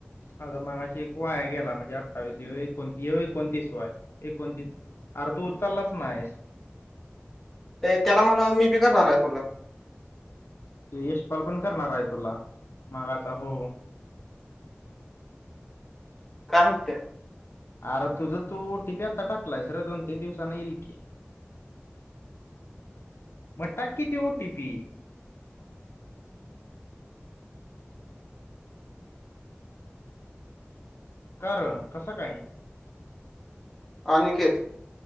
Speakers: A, on the left; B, in the centre.
A: माझा मगाशी एक वाय गेला, म्हणजे अठ्ठावीस ये एकोण ये एकोणतीस वा हाय एकोणतीस अर् तू उचाललाच नाहिस.
B: ए त्याला म्हणा मी बघाणार आहे तुला
A: यशपाल करणार आहे तुला, मागाचा हो
B: काय म्हणताय,
A: अर तुझ तू ओटीपी आत्ता टाकलाय सर दोन तीन दिवसांना येईल की मग टाक की, तो ओटीपी का र कसं काय?
B: अनिकेत